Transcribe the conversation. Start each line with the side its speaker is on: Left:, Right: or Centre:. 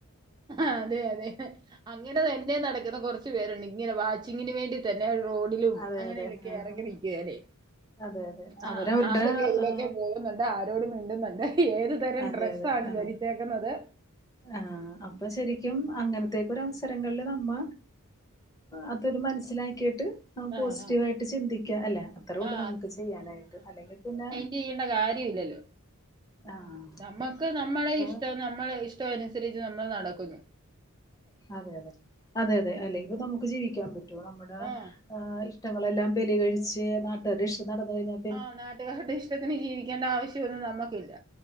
Right: അതെഅതെ അങ്ങനതന്നെ നട്ക്കന്നകൊറ കുച്ചു പേരുണ്ട് ഇങ്ങനെ വാച്ചിങ്ങിന് വേണ്ടി തന്നെ റോഡിലും
Left: അതെ
Right: അങ്ങനെല്ലൊക്കെ
Left: അതെ ആ ആ
Right: എറങ്ങി
Left: ആ
Right: നിൽക്കയാലേ
Left: അതെ അതെ
Right: ആഹ്
Left: അവരവരുടെ
Right: ആരൊക്കെ ഏയിലേക്കപോകുന്നു
Left: ആ
Right: ന്തആ രോടുംമിണ്ട്ന്നുണ്ട് ഏത് തരംഡ്രസ്സാണ്
Left: അതെ അതെ ആ
Right: ധരിച്ചേക്ക്ണത്
Left: ആഹ് അപ്പൊശെരി ഖ്യും അങ്ങനത്തേക്കൊര അവസരങ്ങൾ നമ്മ അതൊരു മനസ്സിലാക്കിയിട്ട് പോസിറ്റീവായിട്ട്
Right: ആ ആ
Left: ചിന്തിക്ക്യ അല്ലെ അത്രേള്ളൂ
Right: ആ
Left: നമുക്ക് ചെയ്യാനായിട്ട് അല്ലെങ്കിപിന്നെ
Right: ചീയ്യ്ണ്ട കാര്യം ഇല്ലല്ലോ
Left: ആഹ്
Right: നമ്മക്ക് നമ്മളെ
Left: അപ്പൊ
Right: ഇഷ്ടം നമ്മളഇഷ്ടം അയ്നൻസരിച്ച് നമ്മള്നടക്കുന്നു
Left: അതെയതെ അതെഅതെ അല്ലെങ്കിനമ്മുക്ക് ജീവിക്കാൻപറ്റോ നമ്മുടെ
Right: ആ
Left: ആഹ് ഇഷ്ടങ്ങളെല്ലാം ബലികഴിച്ച് നാട്ടാരെഷ്ട്ടം നടന്ന് കഴിഞ്ഞാ
Right: ആഹ് നാട്ടുകാരുടെ ഇഷ്ടത്തിന് ജീവിക്കേണ്ടആവശ്യംവൊന്നും നമ്മക്കില്ല